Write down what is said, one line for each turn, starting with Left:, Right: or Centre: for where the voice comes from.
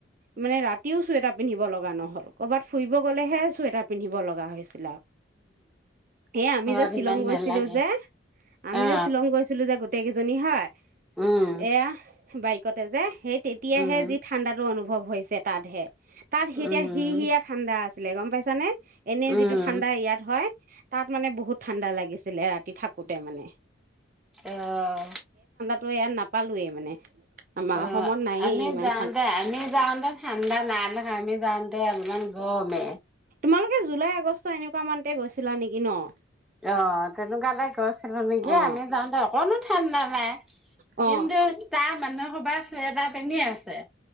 Right: মানে ৰাতিও চুৱেটাৰ পিন্ধিব লগিব নহ'ল ক'ৰবাত ফুৰিব গ'লেহে চুৱেটাৰ পিন্ধিব লগা হৈছে এ আমি
Centre: ঘৰত
Right: যে শ্বিলং
Centre: ইমান
Right: গৈছিলো
Centre: নালাগে
Right: যে আমি
Centre: অ
Right: যে শ্বিলং গৈছিলো যে গোটেই কেইজনী হয়
Centre: উম
Right: এয়া বাইকতে যে সেই তেতিয়াহে-
Centre: উম
Right: যি ঠাণ্ডাটো অনুভৱ- হৈছে তাতহে। তাত সিতিয়া
Centre: উম
Right: সি হিয়া ঠাণ্ডা আছে। চিলে গম পাইছানে? এনে
Centre: উম
Right: যিটো ঠাণ্ডা ইয়াত হয়, তাত মানে বহুত ঠাণ্ডা লাগিছিলে ৰাতি টি থাকোতে মানে।
Centre: অহ
Right: ত ইয়াত নাপালোৱে মানে। আমাৰ
Centre: অ
Right: অসমত নায়ে
Centre: আমি
Right: ইমান।
Centre: যাওঁতে আমি যাওঁতে ঠাণ্ডা নাই। আমাক আমি যাওঁ ত ইমান গৰমে
Right: তোমালোকে জুলাই আগষ্ট এনেকুৱা মানতে গৈছিলা নেকি ন?
Centre: অহ, তেনেকুৱাকে গৈছিলোঁ নেকি,
Right: অ
Centre: আমি যাওঁতে অকনমান ঠাণ্ডা নাই।
Right: অ
Centre: কিন্তু, তাৰ মানুহ স'বাই সোৱেটাৰ পিন্ধে আছে।